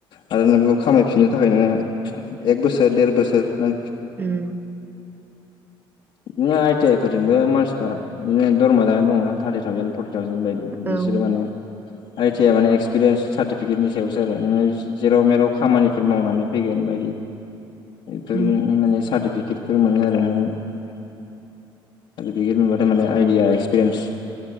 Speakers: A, on the left; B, on the right.
A: आरो नों बेखौ खामायफिननो थाखाय नोङो एक बोसोर देर बोसोर नों
B: उम
A: बिदिनो आइ टि आइ फोरजोंबो मानसिफ्रा बिदिनो दरमा जानानै दङ थार्टि थावजेन फर थावजेन बायदि
B: औ
A: बिसोर
B: उम
A: माने साटिफिकेटनि सायावसो आरो नोङो जेराव मेराव खामानिफोर मावनानै फैगोन बायदि बेफोर
B: उम
A: माने सार्टिफिकेटफोर मोनो आरो सार्टिफिकेट मोनबाथाय माने आइडिया एक्सपिरियेन्स